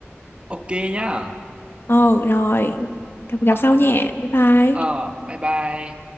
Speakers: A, on the right (about 25°); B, on the left (about 55°).
A: ok nhá
B: Ờ rồi. Gặp, gặp
A: Ờ,
B: sau nha. Bye bye.
A: ờ bye bye